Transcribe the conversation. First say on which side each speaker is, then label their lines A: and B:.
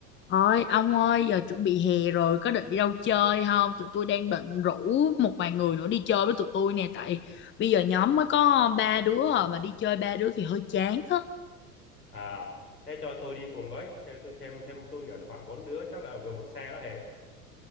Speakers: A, on the left; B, on the left.
A: Ôi, ông ơi, giờ chuẩn bị hè rồi, có định đi đâu chơi không? Tụi tôi đang định rủ một vài người nữa đi chơi với tụi tôi nè, tại bây giờ nhóm mới có ba đứa à, mà đi chơi ba đứa thì hơi chán á.
B: À, thế cho tôi đi cùng với, theo tôi thêm thêm tôi nữa là khoảng bốn đứa, chắc là vừa một xe đó hề.